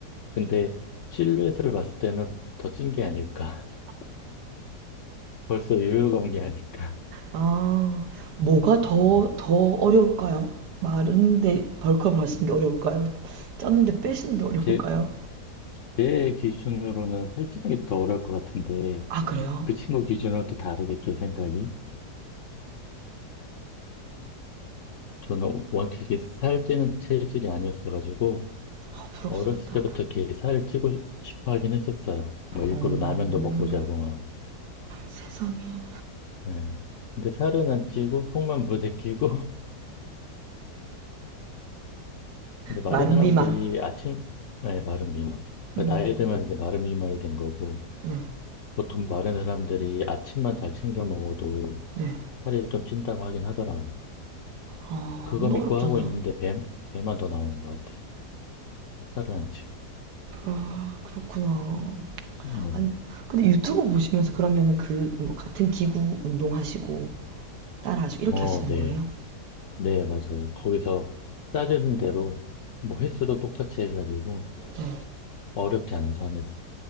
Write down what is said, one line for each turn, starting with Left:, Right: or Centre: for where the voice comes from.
Left: 근데 실루엣을 봤을 때는 더 찐 게 아닐까. <laughs> 벌써 요요가 온 게 아닐까.
Right: 아, 뭐가 더,
Left: 네.
Right: 더 어려울까요? 마른데 벌크업을 하시는 게 어려울까요? 쪘는데 빼시는 게 어려울까요?
Left: 제, 제 기준으로는 살찌는 게 더 어려울 것 같은데
Right: 아, 그래요?
Left: 그 친구 기준으로 또 다르겠죠, 생각이. 저는 원칙이 살찌는 체질이 아니었어가지고
Right: 아, 부럽습니다.
Left: 어렸을 때부터 이렇게 살을 찌고 싶- 싶어 하긴 했었어요. 뭐 일부러
Right: 음,
Left: 라면도 먹고 자고 막.
Right: 세상에.
Left: 네. 근데 살은 안 찌고 속만 무대끼고 <laughs> 근데 마른
Right: 마른
Left: 사람들이
Right: 비만.
Left: 아침 네, 마른 미만. 그러니까
Right: 음.
Left: 나이 들면서 이제 마른 미만이 된 거고
Right: 네,
Left: 보통 마른 사람들이 아침만 잘 챙겨 먹어도
Right: 네.
Left: 살이 좀 찐다고 하긴 하더라고.
Right: 아,
Left: 그거
Right: 근데
Left: 믿고
Right: 어렵잖아.
Left: 하고 있는데 뱀 배만 더 나오는 것 같아. 살은 안 찌고.
Right: 아, 그렇구나.
Left: 네.
Right: 아니, 근데 유튜브 보시면서 그러면은 그, 뭐 같은 기구 운동하시고, 따라하시고, 이렇게
Left: 어,
Right: 하시는
Left: 네.
Right: 거예요?
Left: 네, 맞아요. 거기서 짜주는 대로 뭐 횟수도 똑같이 해가지고
Right: 네.
Left: 어렵게 안 선에서